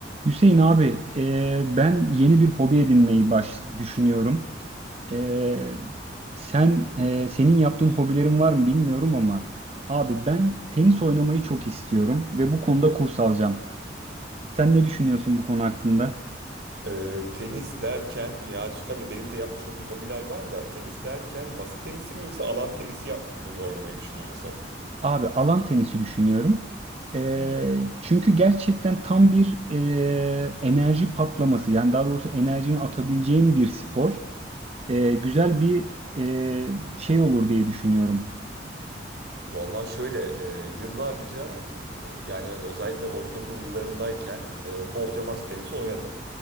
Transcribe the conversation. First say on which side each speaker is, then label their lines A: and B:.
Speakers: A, on the right; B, on the right.
A: Hüseyin abi, e, ben yeni bir hobi edinmeyi baş düşünüyorum. E, sen e, senin yaptığın hobilerin var mı bilmiyorum ama abi ben tenis oynamayı çok istiyorum ve bu konuda kurs alacağım. Sen ne düşünüyorsun bu konu hakkında?
B: Eee, tenis derken ya tabii benim de yapmış olduğum hobiler var da tenis derken masa tenisi mi yoksa alan tenisi yap mı oynamayı düşünüyorsun?
A: Abi alan tenisi düşünüyorum. E,
B: Hmm.
A: çünkü gerçekten tam bir e, enerji patlaması yani daha doğrusu enerjini atabileceğim bir spor. E, güzel bir e, şey olur diye düşünüyorum.
B: Vallahi şöyle e, yıllarca e, yani özellikle ortaokul yıllarındayken e, bolca masa tenisi oynadım.